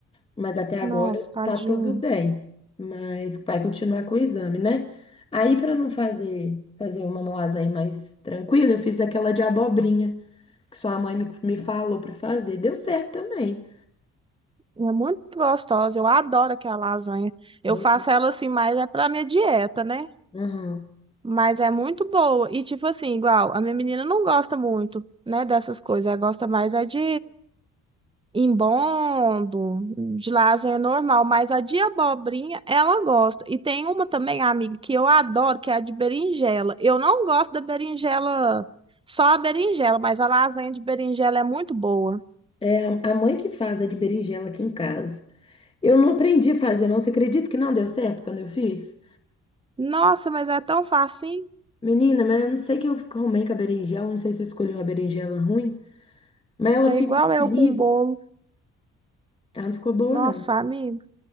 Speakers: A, on the left; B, on the right.
A: mas até
B: Nossa,
A: agora
B: tadinho.
A: tá tudo bem. Mas vai continuar com o exame, né? Aí, para não fazer fazer uma lasanha mais tranquila, eu fiz aquela de abobrinha que sua mãe me, me falou para fazer. Deu certo também.
B: É muito gostosa. Eu adoro aquela lasanha. Eu
A: Bo-
B: faço ela assim, mas é pra minha dieta, né?
A: Aham.
B: Mas é muito boa. E, tipo assim, igual, a minha menina não gosta muito, né, dessas coisas. Ela gosta mais é de embondo, de lasanha normal. Mas a de abobrinha, ela gosta. E tem uma também, amiga, que eu adoro, que é a de berinjela. Eu não gosto da berinjela, só a berinjela, mas a lasanha de berinjela é muito boa.
A: É a a mãe que faz a de berinjela aqui em casa. Eu não aprendi a fazer, não. Você acredita que não deu certo quando eu fiz?
B: Nossa, mas é tão facinho.
A: Menina, mas eu não sei o que eu arrumei com a berinjela, não sei se eu escolhi uma berinjela ruim. Mas ela
B: Tá
A: ficou
B: igual eu
A: horrível.
B: com o bolo.
A: Ela não ficou boa,
B: Nossa,
A: não.
B: amiga.